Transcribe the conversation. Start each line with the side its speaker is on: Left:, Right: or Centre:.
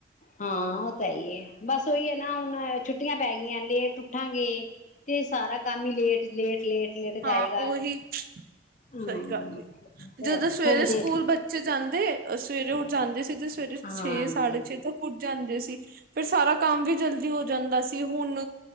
Left: ਹਾਂ ਉਹ ਤਾਂ ਇ ਹੀ ਹੈ। ਬਸ ਉਹੀ ਹੈ ਨਾ ਹੁਣ ਛੁੱਟੀਆਂ ਪੈ ਗਈਆਂ ਲੇਟ ਉੱਠਾਂਗੇ ਤੇ ਸਾਰਾ ਕੰਮ ਹੀ ਲੇਟ ਲੇਟ ਲੇਟ ਲੇਟ ਜਾਏਗਾ
Right: ਹਾਂ ਉਹੀ
Left: ਹਾਂ
Right: ਸਹੀ ਗੱਲ
Left: ਤੇ
Right: ਜਦੋਂ ਸਵੇਰੇ
Left: ਹੁਣ ਜੇ
Right: ਸਕੂਲ ਬੱਚੇ ਜਾਂਦੇ ਸਵੇਰੇ ਉਠ ਜਾਂਦੇ ਸਿੱੇ ਸਵੇਰੇ
Left: ਹਾਂਜੀ
Right: ਛੇ ਸਾਢੇ ਛੇ ਤੱਕ ਉੱ ਜਾਂਦੇ ਸੀ ਫਿਰ ਸਾਰਾ ਕੰਮ ਵੀ ਜਲਦੀ ਹੋ। ਜਾਂਦਾ ਸੀ ਹੁਣ